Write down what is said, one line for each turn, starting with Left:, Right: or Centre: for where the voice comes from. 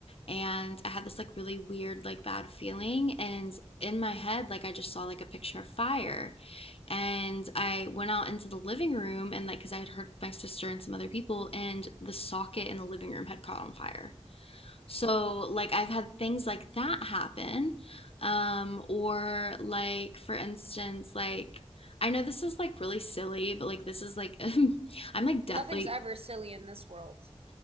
Left: and I had this like really weird, like, bad feeling. And in my head, like, I just saw like a picture of fire. And I went out into the living room, and like, because I had heard my sister and some other people, and the socket in the living room had caught on fire. So, like, I've had things like that happen. Um, or, like, for instance, like, I know this is like really silly, but like, this is like, <laughs> I'm like
Right: Nothing's
Left: deathly,
Right: ever silly in this world.